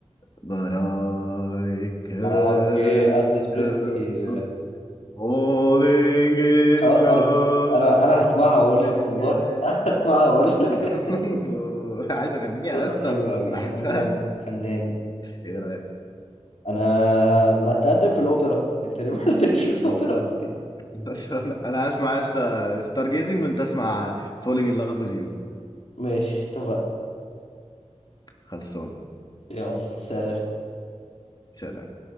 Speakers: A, on the left; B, on the left.
A: But I can't
B: آه أوكي ألفيس بريسلي
A: help falling in
B: خلاص
A: love
B: أرجوك أنا أنا هسمعها وأقول
A: with
B: لك والله <laughs> انا هسمعها وأقول لك
A: you <laughs> عايز اغنيها
B: صوتك
A: يا اسطى
B: حلو أوي
A: بحبها
B: فنان فنان
A: ايه رايك
B: أنا ما تقدم في الأوبرا أنت ليه ما تقدمش في الأوبرا
A: خلصان
B: قبل كده
A: <laughs> بس انا أنا هسمع يا اسطى ستار جيزنج وانت اسمع فولينج ان لاف ويز يو
B: ماشي اتفقنا
A: خلصان
B: يلا سلام
A: سلام